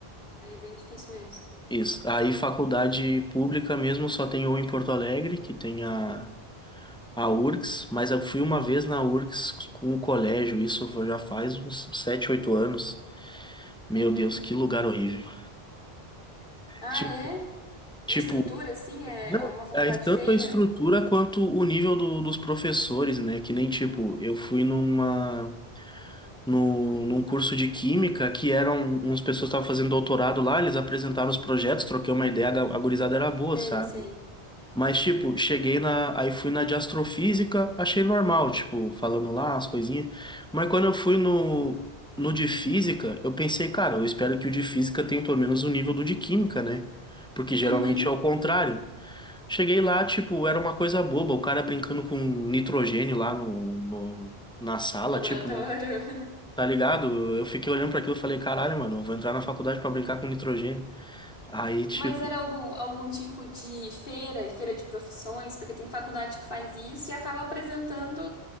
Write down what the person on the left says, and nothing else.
aí é bem difícil mesmo.
Uhum.
Ah,
é? De
estrutura, assim? É
uma faculdade
feia?
Sei,
sei.
Uhum.
Laboratório.
<laughs>
Mas era algum, algum tipo de feira, feira de profissões, porque tem faculdade que faz isso e acaba apresentando